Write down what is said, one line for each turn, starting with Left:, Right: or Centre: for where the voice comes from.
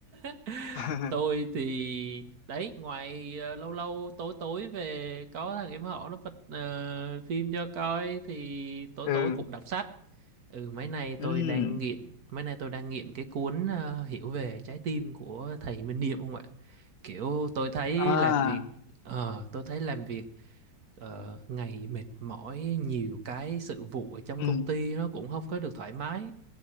Right: <laughs>
Left: <laughs>
Right: tôi thì đấy ngoài ờ, lâu lâu tối tối về có thằng em họ nó bật ờ, phim cho coi thì tối
Left: ừ
Right: tối cũng đọc sách ừ mấy nay tôi
Left: ừ
Right: đang nghiện mấy nay tôi đang nghiện cái cuốn ờ, Hiểu về trái tim của thầy Minh Niệm không ạ kiểu tôi thấy
Left: à
Right: làm việc ờ tôi thấy làm việc ờ, ngày mệt mỏi nhiều cái sự vụ ở trong
Left: ừ
Right: công ty nó cũng không có được thoải mái